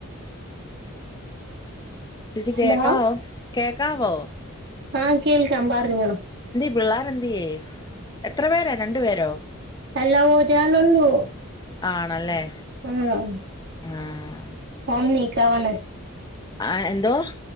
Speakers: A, on the left; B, on the right.
A: ചേച്ചി
B: ഹലോ
A: കേക്കാവോ, കേക്കാവോ
B: ആ, കേൾക്കാം പർഞ്ഞോ
A: പിള്ളാരെന്തിയേ എത്ര പേരാ രണ്ടു പേരോ
B: അല്ലാ ഓരാളൊള്ളു
A: ആണല്ലേ
B: പെന്നോ
A: ആഹ്
B: പ്പാ, നീക്കാവാണ്
A: ആ, ഹ, എന്തോ